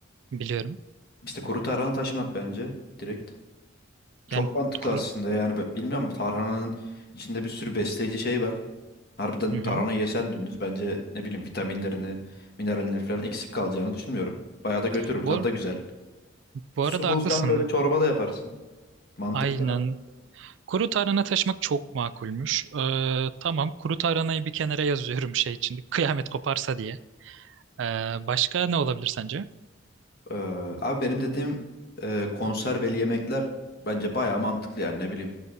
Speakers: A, on the right; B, on the left.
A: Biliyorum.
B: İşte kuru tarhana taşımak bence direkt. Çok
A: Yani
B: mantıklı
A: kuru...
B: aslında yani ben bilmiyorum tarhananın içinde bir sürü besleyici şey var. Harbiden
A: Hı
B: tarhana
A: hı.
B: yesen dümdüz bence ne bileyim vitaminlerini, minerallerini falan eksik kalacağını düşünmüyorum. Bayağı da götürür
A: Bu,
B: tadı da güzel.
A: bu
B: Su
A: arada
B: bulsan
A: haklısın.
B: böyle çorba da yaparsın. Mantıklı.
A: Aynen. Kuru tarhana taşımak çok makulmüş. Ee, tamam kuru tarhanayı bir kenara yazıyorum şey için kıyamet koparsa diye. Ee, başka ne olabilir sence?
B: Eee, abi benim dediğim eee konserveli yemekler bence bayağı mantıklı yani ne bileyim.